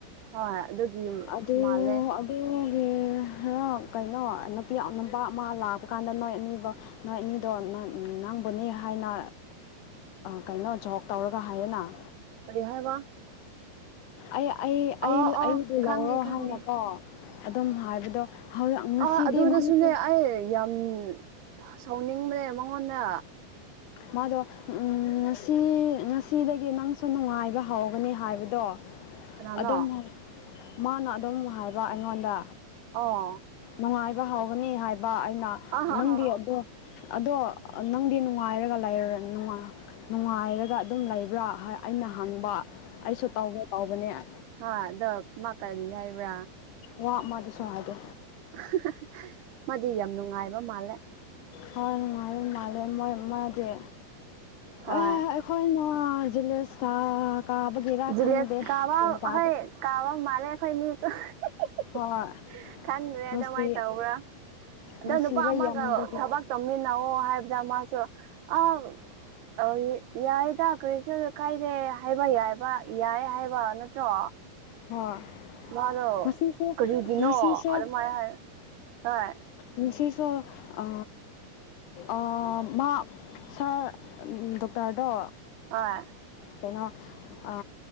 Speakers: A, on the right; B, on the left.
A: ꯍꯣꯏ ꯑꯗꯨꯒꯤ
B: ꯑꯗꯨ
A: ꯃꯥꯜꯂꯦ
B: <unintelligible> ꯀꯩꯅꯣ ꯅꯨꯄꯤ ꯑꯉꯝꯕ ꯑꯃ ꯂꯥꯛꯄꯀꯥꯟꯗ ꯅꯣꯏ ꯑꯅꯤꯗꯣ ꯅꯣꯏ ꯑꯅꯤꯗꯣ ꯅꯪ ꯅꯪꯕꯨꯅꯦ ꯍꯥꯏꯅ ꯀꯩꯅꯣ ꯖꯣꯛ ꯇꯧꯔꯒ ꯍꯥꯏꯌꯦꯅ
A: ꯀꯔꯤ ꯍꯥꯏꯕ
B: ꯑꯩ ꯑꯩ
A: ꯑꯣ ꯑꯣ
B: ꯑꯩꯕꯨ
A: ꯈꯪꯉꯦ
B: ꯂꯧꯔꯣ
A: ꯈꯪꯉꯦ
B: ꯍꯥꯏꯅꯀꯣ ꯑꯗꯨꯝ ꯍꯥꯏꯕꯗꯣ ꯉꯁꯤꯗꯤ
A: ꯑꯥ ꯑꯗꯨꯗꯁꯨꯅꯦ
B: ꯅꯪꯁꯨ
A: ꯑꯩ ꯌꯥꯝ ꯁꯥꯎꯅꯤꯡꯕꯅꯦ ꯃꯉꯣꯟꯗ
B: ꯃꯥꯗꯣ ꯉꯁꯤ ꯉꯁꯤꯗꯒꯤ ꯅꯪꯁꯨ ꯅꯨꯡꯉꯥꯏꯕ ꯍꯧꯒꯅꯤ ꯍꯥꯏꯕꯗꯣ
A: ꯀꯅꯥꯅꯣ
B: ꯑꯗꯨꯝ ꯃꯥꯅ ꯑꯗꯨꯝ ꯍꯥꯏꯕ ꯑꯩꯉꯣꯟꯗ
A: ꯑꯣ
B: ꯅꯨꯡꯉꯥꯏꯕ ꯍꯧꯒꯅꯤ ꯍꯥꯏꯕ ꯑꯩꯅ
A: ꯑꯥ ꯍꯥ
B: ꯅꯪꯗꯤ
A: ꯍꯥ
B: ꯑꯗꯣ ꯑꯗꯣ ꯅꯪꯗꯤ ꯅꯨꯡꯉꯥꯏꯔꯒ ꯂꯩꯔ ꯅꯨꯡꯉꯥ ꯅꯨꯡꯉꯥꯏꯔꯒ ꯑꯗꯨꯝ ꯂꯩꯕ꯭ꯔꯥ ꯍꯥꯏ ꯑꯩꯅ ꯍꯪꯕ꯫ ꯑꯩꯁꯨ ꯇꯧꯒꯦ ꯇꯧꯕꯅꯦ ꯑ
A: ꯍꯥ ꯑꯗꯣ ꯃꯥ ꯀꯔꯤ ꯍꯥꯏꯕ꯭ꯔꯥ꯫
B: ꯋꯥ ꯑꯃꯗꯁꯨ ꯍꯥꯏꯗꯦ꯫
A: <unintelligible> ꯃꯥꯗꯤ ꯌꯥꯝ ꯅꯨꯡꯉꯥꯏꯕ ꯃꯥꯜꯂꯦ꯫
B: ꯍꯣꯏ ꯅꯨꯡꯉꯥꯏꯕ ꯃꯥꯜꯂꯦ ꯃꯣꯏ ꯃꯥꯗꯤ꯫
A: ꯍꯣꯏ
B: ꯑꯦ ꯑꯩꯈꯣꯏꯅ ꯖꯨꯂꯦꯁꯀꯥ ꯀꯥꯕꯒꯤꯔꯥ
A: ꯖꯤꯂꯦꯁ
B: ꯈꯪꯗꯦ
A: ꯀꯥꯕ
B: ꯒꯌ꯭ꯥꯟ ꯇꯥꯗꯦ꯫
A: ꯍꯣꯏ ꯀꯥꯕ ꯃꯥꯜꯂꯦ ꯑꯩꯈꯣꯏꯅꯤꯁꯨ
B: ꯍꯣꯏ
A: <unintelligible> ꯈꯪꯗ꯭ꯔꯦ
B: ꯅꯨꯡꯁꯤ
A: ꯑꯗꯨꯃꯥꯏꯟ ꯇꯧꯕ꯭ꯔꯥ꯫ ꯑꯗ
B: ꯅꯨꯡꯁꯤꯕ
A: ꯅꯨꯄꯥ ꯑꯃꯒ
B: ꯌꯥꯝꯕꯒꯤ
A: ꯊꯕꯛ ꯇꯧꯃꯤꯟꯅꯑꯣ ꯍꯥꯏꯕꯗ ꯃꯥꯁꯨ ꯑ ꯑꯧ ꯌꯥꯏꯗ ꯀꯔꯤꯁꯣ ꯀꯥꯏꯗꯦ ꯍꯥꯏꯕ ꯌꯥꯏ ꯕ ꯌꯥꯏ ꯍꯥꯏꯕ ꯅꯠꯇ꯭ꯔꯣ꯫
B: ꯍꯣꯏ
A: ꯃꯥꯗꯣ
B: ꯉꯁꯤꯁꯨ
A: ꯀꯔꯤꯒꯤꯅꯣ
B: ꯉꯁꯤꯁꯨ
A: ꯑꯗꯨꯃꯥꯏꯅ ꯍꯥꯏ ꯍꯣꯏ
B: ꯉꯥꯁꯤꯁꯣ ꯑ ꯑꯥ ꯃꯥꯥ ꯁꯔ ꯗꯣꯛꯇꯔꯗꯣ
A: ꯍꯣꯏ
B: ꯀꯩꯅꯣ ꯑ